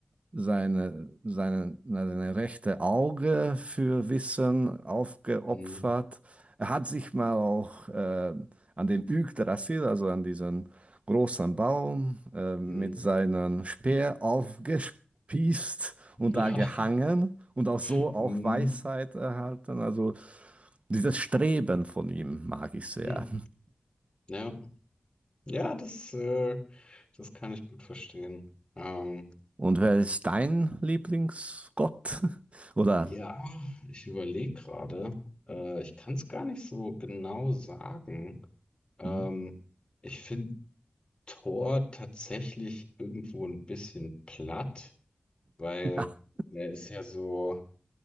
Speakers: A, on the right (about 40°); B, on the left (about 25°).
A: seine, seine, na, seine rechte Auge für Wissen aufgeopfert.
B: Hm.
A: Er hat sich mal auch äh, an den Yggdrasil, also an diesen großen Baum, äh, mit
B: Hm.
A: seinem Speer aufgespießt und
B: Ja.
A: da gehangen und auch so
B: Hm.
A: auch Weisheit erhalten. Also dieses Streben von ihm mag ich sehr.
B: Hm. Ja. Ja, das, äh, das kann ich gut verstehen. Ähm,
A: Und wer ist dein Lieblingsgott? <laughs> Oder?
B: Ja, ich überlege gerade. Äh, ich kann es gar nicht so genau sagen. Ähm,
A: Mhm.
B: ich finde Thor tatsächlich irgendwo ein bisschen platt, weil
A: Ja.
B: er ist ja so,